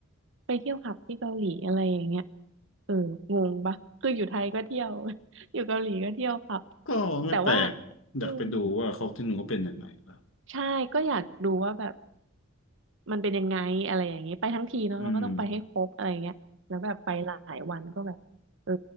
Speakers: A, on the right; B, on the left.
A: ไปเที่ยวผับที่เกาหลีอะไรอย่างเงี้ยเอองงปะคืออยู่ไทยก็เที่ยว <laughs> อยู่เกาหลีก็เที่ยวผับ
B: ก็ไม่แปลกอยากไปดูว่าเขาที่หนูเขาเป็นยังไงล่ะ
A: แต่ว่าอืม ใช่ก็อยากดูว่าแบบมันเป็นยังไงอะไรอย่างเงี้ยไปทั้งทีเนาะเราก็ต้องไปให้ครบอะไรเงี้ยแล้วแบบไปหลายวันก็แบบเออ
B: อืม